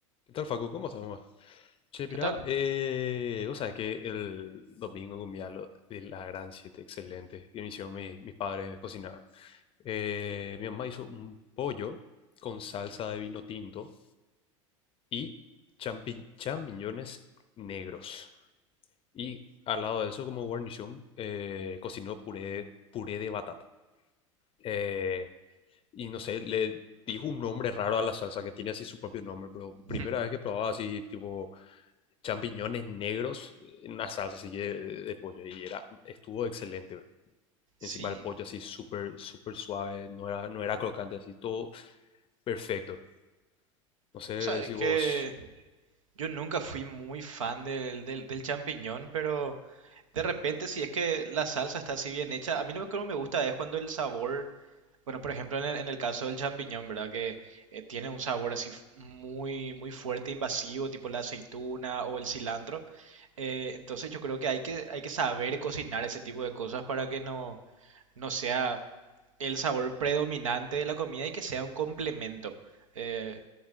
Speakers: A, on the left; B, on the right.
A: ¿Qué tal, Facu? ¿Cómo estás, mamá? Che,
B: ¿Qué
A: mirá,
B: tal?
A: eh, vos sabés que el domingo comí algo de la Gran 7 excelente, que me hicieron mi- mis padres me cocinaron. Eh, mi mamá hizo un pollo con salsa de vino tinto y champi- champiñones negros. Y al lado de eso, como guarnición, eh, cocinó puré, puré de batata. Eh, y no sé, le dijo un nombre raro a la salsa que tiene así su propio nombre, pero primera
B: Hmm,
A: vez que probaba así tipo champiñones negros en una salsa así de, de pollo y era, estuvo excelente. bro. Encima
B: Sí,
A: el pollo así súper, súper suave, no era, no era crocante, así todo perfecto. No sé
B: o sea, es
A: si
B: que
A: vos
B: yo nunca fui muy fan del, del, del champiñón, pero De repente, si es que la salsa está así bien hecha, a mí lo que no me gusta es cuando el sabor, bueno, por ejemplo, en el, en el caso del champiñón, ¿verdad? Que eh, tiene un sabor así f- muy, muy fuerte, invasivo, tipo la aceituna o el cilantro. Eh, entonces yo creo que hay que, hay que saber cocinar ese tipo de cosas para que no, no sea el sabor predominante de la comida y que sea un complemento. Eh,